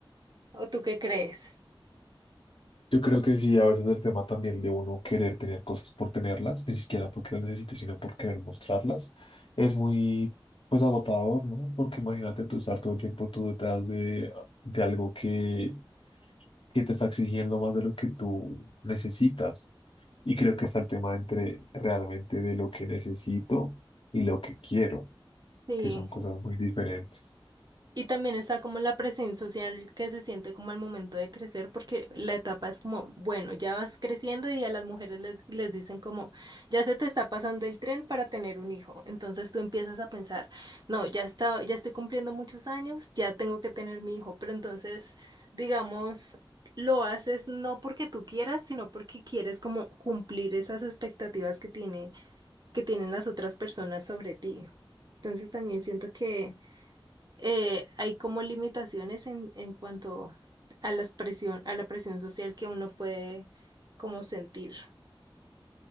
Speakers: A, on the right (about 50°); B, on the left (about 70°).
A: ¿O tú qué crees?
B: Yo creo que sí, a veces el tema también de uno querer tener cosas por tenerlas, ni siquiera porque las necesite, sino por querer mostrarlas, es muy pues agotador, ¿no? Porque imagínate tú estar todo el tiempo tú detrás de, de algo que que te está exigiendo más de lo que tú necesitas. Y creo que está el tema entre realmente de lo que necesito y lo que quiero,
A: Sí.
B: que son cosas muy diferentes.
A: Y también está como la presión social que se siente como al momento de crecer, porque la etapa es como, bueno, ya vas creciendo y a las mujeres les, les dicen como, ya se te está pasando el tren para tener un hijo. Entonces tú empiezas a pensar, no, ya está, ya estoy cumpliendo muchos años, ya tengo que tener mi hijo. Pero entonces, digamos, lo haces no porque tú quieras, sino porque quieres como cumplir esas expectativas que tiene, que tienen las otras personas sobre ti. Entonces también siento que eh, hay como limitaciones en, en cuanto a las presión, a la presión social que uno puede como sentir.